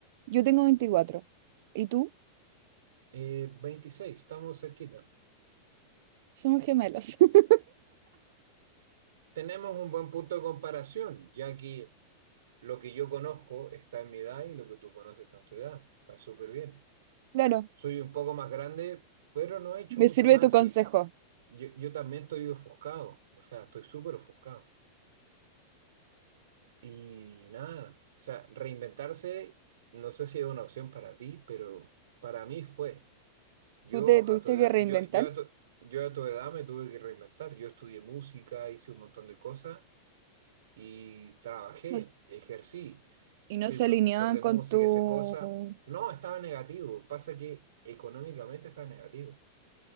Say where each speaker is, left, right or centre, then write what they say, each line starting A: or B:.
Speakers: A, on the right; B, on the right.
A: Yo tengo 24 y tú
B: Eh, 26, estamos cerquita.
A: somos gemelos. <laughs>
B: Tenemos un buen punto de comparación, ya que lo que yo conozco está en mi edad y lo que tú conoces está en tu edad. Está súper bien.
A: Claro,
B: Soy un poco más grande, pero no he hecho
A: me
B: mucho
A: sirve
B: más.
A: tu consejo.
B: Y yo, yo también estoy ofuscado, o sea, estoy súper ofuscado. Y nada, o sea, reinventarse, no sé si es una opción para ti, pero para mí fue. Yo
A: Tú te tuviste
B: a tu edad,
A: que reinventar
B: yo, yo a tu- yo a tu edad me tuve que reinventar. Yo estudié música, hice un montón de cosas y trabajé,
A: no s-
B: ejercí,
A: y
B: fui
A: no se
B: profesor
A: alineaban
B: de música,
A: con tu...
B: esa cosa. No, estaba negativo. Pasa que económicamente estaba negativo.